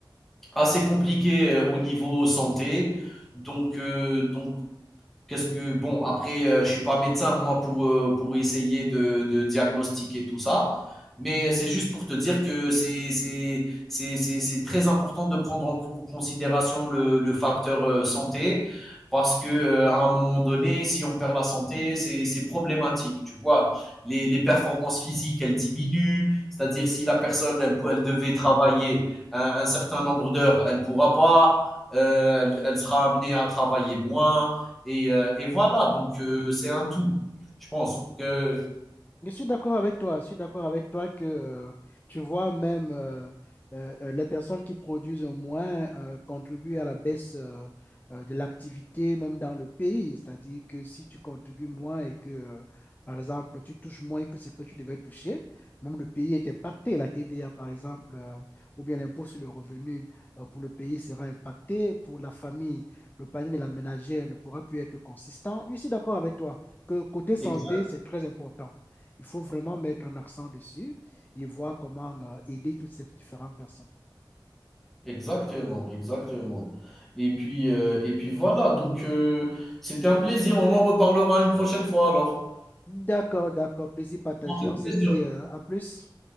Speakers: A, in the centre; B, on the left.
A: assez compliqué euh, au niveau santé. Donc, euh, donc Qu'est-ce que bon après euh, je suis pas médecin moi pour euh, pour essayer de, de diagnostiquer tout ça, mais c'est juste pour te dire que c'est c'est c'est c'est c'est très important de prendre en considération le le facteur euh, santé parce que euh, à un moment donné si on perd la santé c'est c'est problématique tu vois les les performances physiques elles diminuent c'est-à-dire si la personne elle elle devait travailler un, un certain nombre d'heures elle pourra pas euh, elle, elle sera amenée à travailler moins et, euh, et voilà, donc euh, c'est un tout. Je pense que
B: Je suis d'accord avec toi. Je suis d'accord avec toi que euh, tu vois même euh, euh, euh, les personnes qui produisent moins euh, contribuent à la baisse euh, euh, de l'activité même dans le pays. C'est-à-dire que si tu contribues moins et que euh, par exemple tu touches moins que ce que tu devais toucher, même le pays est impacté. La TVA par exemple euh, ou bien l'impôt sur le revenu euh, pour le pays sera impacté. Pour la famille, le panier de la ménagère ne pourra plus être consistant. Je suis d'accord avec toi que côté santé
A: Exact-
B: c'est très important. Il faut vraiment mettre un accent dessus et voir comment euh, aider toutes ces différentes personnes.
A: Exactement, exactement. Et puis, euh, et puis voilà, donc euh, c'était un plaisir, on en reparlera une prochaine fois alors.
B: D'accord, d'accord. Plaisir partagé.
A: Ça m'a fait
B: On s'est
A: plaisir.
B: dit euh, à plus.